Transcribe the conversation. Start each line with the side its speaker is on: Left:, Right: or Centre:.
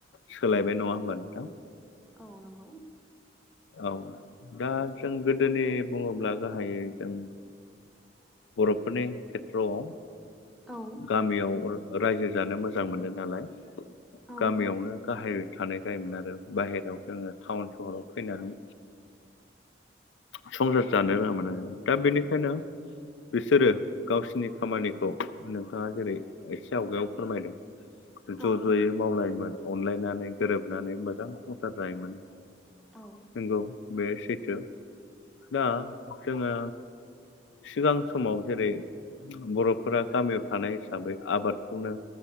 Left: सोलायबाय नङा होमबा नोंथां?
Centre: औ नंगौ।
Left: औ दा जों गोदोनि बुङोब्ला गाहायै जों बर'फोरनि खेथ्र'आव।
Centre: औ
Left: गामियाव रायजो जानो मोजां मोनो नालाय।
Centre: औ
Left: गामियावनो
Centre: नंगौ
Left: गाहाय थानाय जायोमोन आरो बाहेरायाव जोङो टाउन सहराव फैनानै संसार जानो रोङामोन आरो दा बेनिखायनो बिसोरो गावसिनि खामानिखौ नोंथाङा जेरै एसे आवगायाव फोरमायदों ज'
Centre: औ
Left: ज'यै मावलायोमोन अनलायनानै गोरोबनानै मोजां संसार जायोमोन।
Centre: औ
Left: नंगौ बे सैथो दा जोङो सिगां समाव जेरै- बर'फोरा गामियाव थानाय हिसाबै आबादखौनो